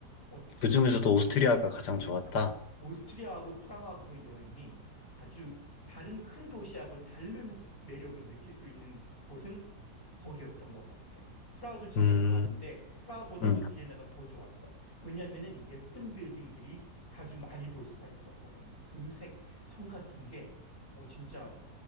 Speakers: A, on the left; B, on the left.
A: 어, 어떻게
B: 그 중에서도
A: 보면
B: 오스트리아가 가장 좋았다.
A: 오스트리아하고 프라하 그 여행이 아주 다른 큰 도시하고 다른 매력을 느낄 수 있는 곳은 거기였던 것 같아. 프라하도 진짜
B: 음.
A: 좋았는데 프라하보다도
B: 음.
A: 비엔나가 더 좋았어. 왜냐면은 예쁜 빌딩들이 아주 많이 볼 수가 있었거든. 뭐 금색 성 같은 게 어, 진짜